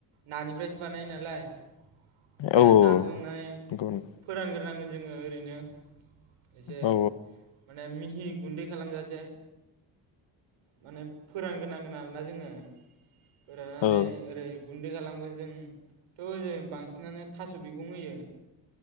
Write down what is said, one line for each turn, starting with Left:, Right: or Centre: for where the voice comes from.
Right: नानिफ्रायसो बानायो नालाय माने
Left: औ औ
Right: नाखौ हमनानै
Left: नंगौ नंगौ
Right: फोरानग्रोनांगोन जोंङो ओरैनो एसे
Left: औ
Right: माने मिहि गुन्दै खालामजासे माने फोरानग्रोनांगोन आरोना जोंङो फोराननानै
Left: औ
Right: ओरै गुन्दै खाला जोंथ बांसिनानो थास बिगं होयो